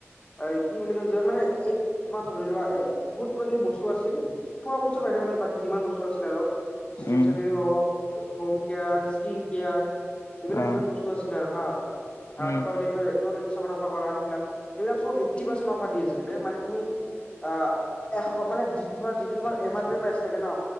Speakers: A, on the left; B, on the left.
A: এ কি বুলি কয় যিমান মানে এই তোমাৰ ধৰি লোৱা এই বহুত কিবা কিবি বস্তু আছিল খোৱা বস্তু মানে বাকী যিমান বস্তু আছিলে আৰু ষ্টেচেনেৰী
B: উম
A: হক হোম কেয়াৰ স্কিন কেয়াৰ এইবিলাক
B: অ'
A: যিমান বস্তু আছিলে আৰু হা
B: উম
A: টয়লেট টয়লেট চ কৰা সেইবিলাক এইবিলাক চ পাৰ্চেন্ত অফাৰ দি আছিল বে মানে তুমি অ এশ মানে যিটো তোমাৰ যিটো তোমাৰ এম আৰ পি পাইছে চাগে ন